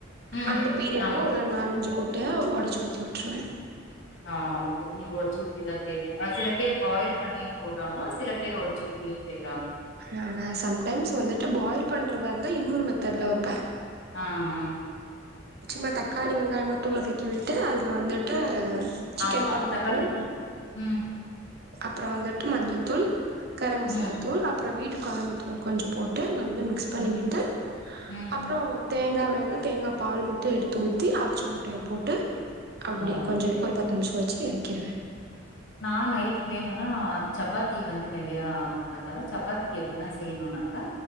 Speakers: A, on the left; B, on the right.
A: ம்
B: அந்த பீரியட்ல
A: ஆமா
B: ஒரு நாலஞ்சு முட் ட ஒடச்சு ஊத்தி வுட்டுருவ
A: ஆஹ் ஓகே நீங்க ஒடச்சூத்திதா செய்விங்க அ சில பேர் பாயில் பண்ணியும் போடுறாங்க சில பேர் ஒடச்சூத்தியும் செய்றாங்
B: நானா சம்டைம்ஸ் வந்துட்டு பாயில் பண்றதா இருந்தா இன்னோரு மெத்தட்ல வப்ப
A: ஆஹ
B: சும்மா தக்காளி வெங்காய மட்டு வதக்கி விட்டு அதுல வந்துட்டு சிக்கன்
A: ஆமா
B: கொழம்புத்தூள்
A: தக்காளி ம்
B: அப்றோ வந்துட்டு மஞ்சத்தூள் கரம் மசாலா
A: ம்
B: தூள் அப்றோ வீட்டு கொழம்பு தூள் கொஞ்சொ போட்டு நல் ல மிக்ஸ் பண்ணி
A: ம்
B: விட்டு
A: ம்
B: அப்றோ தேங்கா வேணுணா தேங்கா பால் மட்டு எடுத்து ஊத்தி அவிச்சு முட்டைய
A: ம்
B: போட்டு அப்பிடியே
A: ஓ
B: கொஞ்சம்
A: செரி
B: ஒரு பத்து நிமிஷொ வச் வச்சி எறக்கிறுவ
A: நா நைட்டுக்கு வேணுனா சப்பாத்தி வந்து நெறையா பண்றதுனால சப்பாத்திக்கு எப்டினா செய்யணுனாக்கா